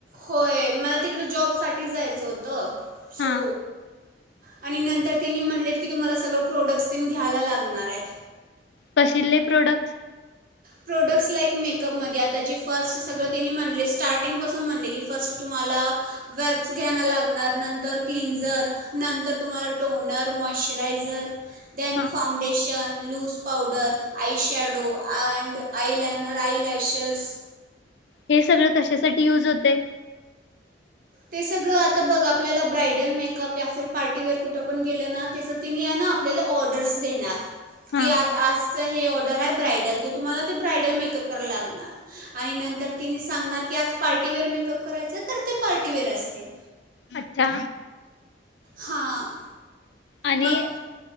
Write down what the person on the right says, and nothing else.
होय मला तिकडे जॉब साठी जायचं होतं
सो आणि नंतर त्यांनी म्हणलेत की तुम्हाला सगळं प्रोडक्ट्स तनी घ्यायला लागणार आहेत
प्रोडक्ट्स लाईक मेकअपमध्ये आता जे फर्स्ट सगळं तिने म्हणले स्टार्टिंगपासून म्हणले की फर्स्ट तुम्हाला वेब्स घ्यायं लागणार नंतर क्लिनझर नंतर तुम्हाला टोनर मॉइशचरायझर दन
foundation loose powder eyeshadow and... eyeliner eyelashes
ते सगळं आता बघ आपल्याला ब्रायडल मेकअप या फिर पार्टीवेअर कुठं पण गेलं ना त्याचं तिने आहे ना आपल्याला ऑर्डर्स देणार
की आ आजचं हे ऑर्डर आहे ब्रायडल तर तुम्हाला ते ब्रायडल मेकअप क लागणार आणि नंतर तिने सांगणार की आज पार्टीवेअर मेकअप करायचं तर ते.... पार्टीवेअर असते.
हां..
मग